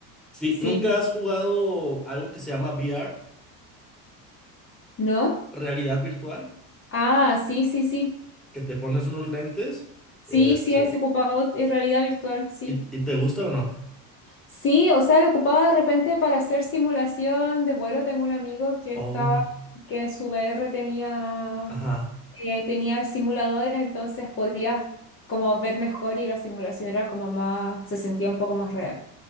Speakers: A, in the centre; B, on the left.
A: Sí,
B: Sí.
A: ¿nunca has jugado algo que se llama VR?
B: ¿No?
A: Realidad virtual.
B: Ah, sí, sí, sí.
A: Que te pones unos lentes.
B: Sí,
A: Este,
B: sí, es ocupado en realidad virtual, sí.
A: ¿y, y te gusta o no?
B: Sí, o sea, lo ocupaba de repente para hacer simulación de vuelo. Tengo un amigo que
A: Oh,
B: estaba, que en su VR tenía,
A: ajá.
B: eh, tenía el simulador, entonces podías como ver mejor y la simulación era como más, se sentía un poco más real.